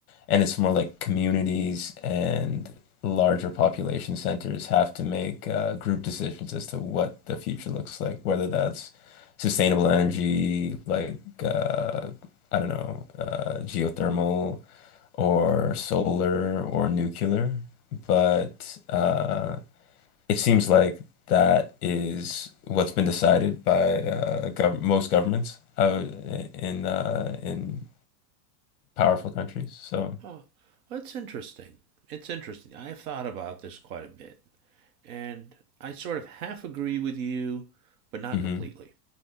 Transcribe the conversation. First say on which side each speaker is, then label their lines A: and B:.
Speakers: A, on the left; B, on the right.
A: And it's more like communities and larger population centers have to make uh, group decisions as to what the future looks like, whether that's sustainable energy, like uh, I don't know, uh, geothermal or solar or nuclear, but uh, it seems like that is what's been decided by uh, gov most governments uh, in uh, in powerful countries. So,
B: oh that's interesting it's interesting i have thought about this quite a bit and i sort of half agree with you but not
A: hmm
B: completely